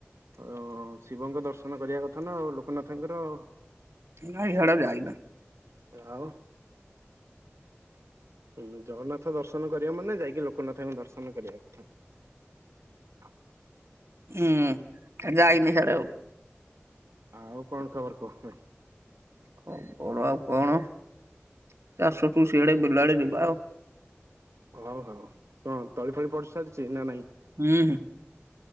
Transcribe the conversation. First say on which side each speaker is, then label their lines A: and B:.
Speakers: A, on the right; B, on the right.
A: ଅ ଶିବଙ୍କ ଦର୍ଶନ କରିବା କଥା ଥା ନା ଆଉ ଲୋକନାଥଙ୍କର ଆଉ।
B: ନାଇଁ ସିଆଡ଼େ ଆଉ ଯାଇ ନା।
A: ଆଉ। ହୁଁ, ଜଗନ୍ନାଥ ଦର୍ଶନ କରିବ ମାନେ, ଯାଇକି ଲୋକନାଥଙ୍କ ଦର୍ଶନ କରିବା କଥା। <unintelligible>
B: ହୁଁ ଯାଇନି ସିଆଡେ ଆଉ।
A: ଆଉ କଣ, ଖବର କୁହ ଭାଇ?
B: ହଁ, ବଡ ଆଉ କଣ? ସେ ଆସ ତୁ ଶିଆଡ଼େ ବିଲ ଆଡ଼େ ଯିବା।
A: ହଉ, ହଉ। କଣ ତଳି, ଫଳି ପଡି ସାରିଛି ନା ନାଇଁ?
B: ହୁଁ, ହୁଁ।